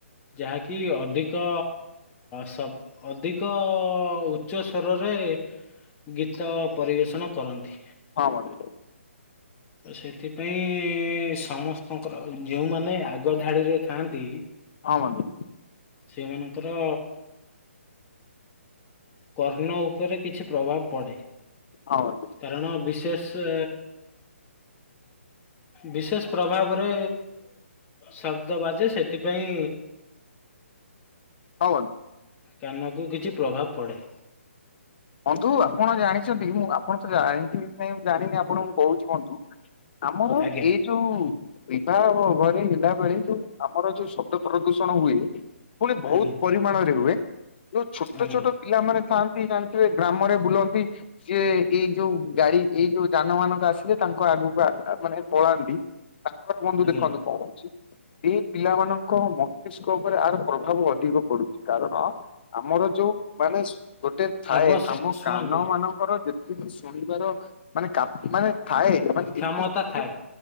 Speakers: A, on the left; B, on the left.
A: ଯାହାକି ଅଧିକ ସବ ଅଧିକ ଉଚ୍ଚ ସ୍ୱରରେ ଗୀତ ପରିବେଷଣ କରନ୍ତି।
B: ହଁ ବନ୍ଧୁ।
A: ତ ସେଥିପାଇଁ ସମସ୍ତଙ୍କର ଯେଉଁମାନେ ଆଗ ଧାଡ଼ିରେ ଥାଆନ୍ତି
B: ହଁ ବନ୍ଧୁ।
A: ସେଇମାନଙ୍କର କର୍ଣ୍ଣ ଉପରେ କିଛି ପ୍ରଭାବ ପଡେ।
B: ହୋଉ।
A: କାରଣ ବିଶେଷ ବିଶେଷ ପ୍ରଭାବରେ ଶବ୍ଦ ବାଜେ ସେଥିପାଇଁ
B: ହଁ ବନ୍ଧୁ।
A: କାନକୁ କିଛି ପ୍ରଭାବ ପଡ଼େ
B: ବନ୍ଧୁ ଆପଣ ଜାଣିଛନ୍ତି ମୁଁ ଆପଣ ତ ଜାଣି ନାଇଁ ମୁଁ ଜାଣିନି ଆପଣଙ୍କୁ କହୁଛି ବନ୍ଧୁ ଆମର
A: ଆଜ୍ଞା।
B: ଏଇ ଯୋଉ ବିବାହ ଘର ହେଲା ବେଳେ ଯୋଉ ଆମର ଯୋଉ ଶବ୍ଦ ପ୍ରଦୂଷଣ ହୁଏ। ପୁଣି ବହୁତ
A: ଆଜ୍ଞା
B: ପରିମାଣରେ ହୁଏ। ଯୋଉ ଛୋଟ
A: ଆଜ୍ଞା
B: ଛୋଟ ପିଲାମାନେ ଥାନ୍ତି ଜାଣିଥିବେ ଗ୍ରାମରେ ବୁଲନ୍ତି ସିଏ ଏଇ ଯୋଉ ଗାଡି ଏଇ ଯୋଉ ଯାନ ମାନଙ୍କ ଆସିଲେ ତାଙ୍କ ଆଗକୁ ଆ ମାନେ ପଳାନ୍ତି। ତାଙ୍କର ବନ୍ଧୁ
A: ଆଜ୍ଞା
B: ଦେଖନ୍ତୁ କଣ ହଉଛି। ଏଇ ପିଲାମାନଙ୍କ ମସ୍ତିଷ୍କ ଉପରେ ଆହାର ପ୍ରଭାବ ଅଧିକ। ପଡୁଚି। କାରଣ ଆମର ଯୋଉ ମାନେ ସ ଗୋଟେ ଥାଏ
A: ଆବଶ୍ୟ
B: ଆମ
A: ଶୁଣନ୍ତୁ
B: କାନ ମାନଙ୍କର ଯେତିକି ଶୁଣିବାର ମାନେ କା ମାନେ ଥାଏ ମାନେ
A: କ୍ଷମତା
B: ଏତିକି
A: ଥାଏ।